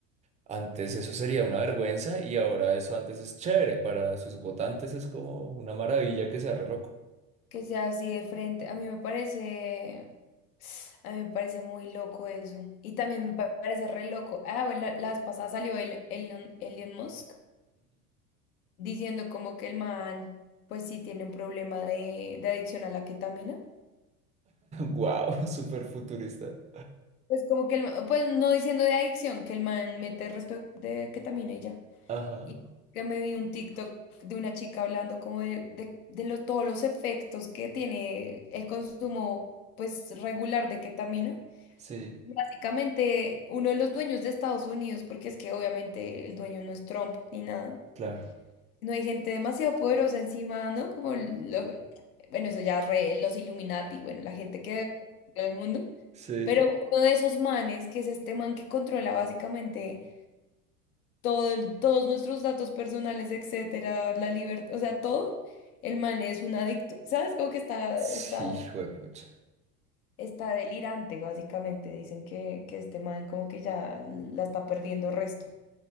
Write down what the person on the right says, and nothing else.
antes eso sería una vergüenza y ahora eso antes es chévere. Para sus votantes es como una maravilla que sea re loco.
Wow, <laughs> súper futurista.
Ajá,
sí,
claro.
Sí,
sí,
juepucha.